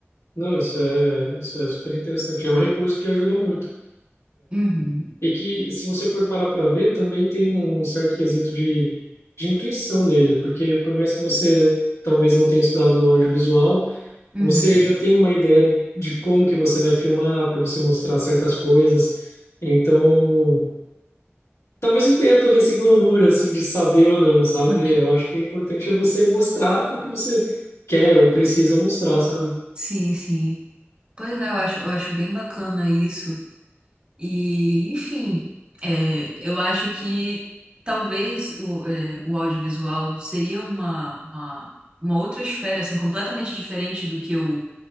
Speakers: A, on the left; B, on the right.
A: Não, isso é, isso é super interessante. É um recurso que ajuda muito.
B: Uhum,
A: E que, se você for parar para ver, também tem um certo quesito de, de intuição nele, porque por mais que você talvez não tenha estudado audiovisual,
B: uhum.
A: você já tem uma ideia de como que você vai filmar, para você mostrar certas coisas. Então, talvez não tenha todo esse glamour, assim, de saber ou não, sabe?
B: <laughs>
A: Eu acho que o importante é você mostrar o que você quer ou precisa mostrar, sabe?
B: Sim, sim. Pois é, eu acho, eu acho bem bacana isso. E, enfim, é, eu acho que talvez o, é, o audiovisual seria uma, uma, uma outra esfera, assim, completamente diferente do que eu